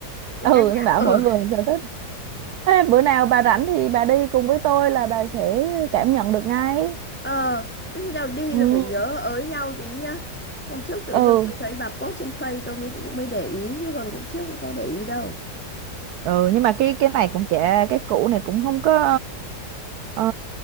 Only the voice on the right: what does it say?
Ừ,
thế bảo
mỗi người một sở thích. Ê, bữa nào bà rảnh thì bà đi cùng với tôi là bà sẽ cảm nhận được ngay.
Ừ.
Ừ.
ừ nhưng mà cái cái này cũng chả cái cũ này cũng không có ờ,